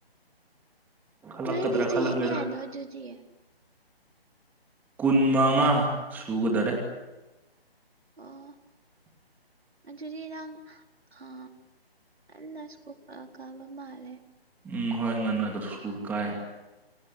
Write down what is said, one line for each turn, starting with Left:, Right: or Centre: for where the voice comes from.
Centre: ꯈꯜꯂꯛꯀꯗ꯭ꯔꯥ
Right: ꯅ ꯅ ꯆꯍꯤ ꯆꯍꯤ
Centre: ꯈꯜꯂꯛꯂꯣꯏꯗ꯭ꯔꯥ
Right: ꯀꯌꯥꯅ ꯑꯗꯨꯗꯤ
Centre: ꯀꯨꯟ ꯃꯉꯥ ꯁꯨꯒꯗꯔꯦ <inaudible>
Right: ꯑꯣ ꯑꯗꯨꯗꯤ ꯅꯪ ꯑ ꯉꯁꯤ ꯀꯥꯕ ꯃꯥꯂꯦ
Centre: ꯎꯝ ꯍꯣꯏ ꯉꯥꯡꯅꯨꯉꯥꯏꯀꯁꯨ ꯁ꯭ꯀꯨꯜ ꯀꯥꯏꯦ